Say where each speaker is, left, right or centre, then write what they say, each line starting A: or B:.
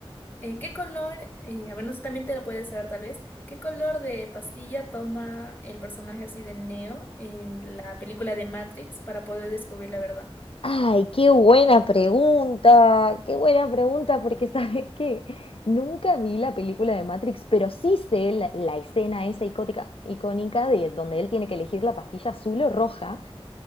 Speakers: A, on the left (about 20°); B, on the left (about 65°).
A: Eh, ¿qué color, eh, a ver, no sé, también te lo puedes saber tal vez, ¿qué color de pastilla toma el personaje así de Neo en la película de Matrix para poder descubrir la verdad?
B: Ay, qué buena pregunta, qué buena pregunta, porque <laughs> ¿sabes qué? Nunca vi la película de Matrix, pero sí sé la, la escena esa icótica, icónica de donde él tiene que elegir la pastilla azul o roja,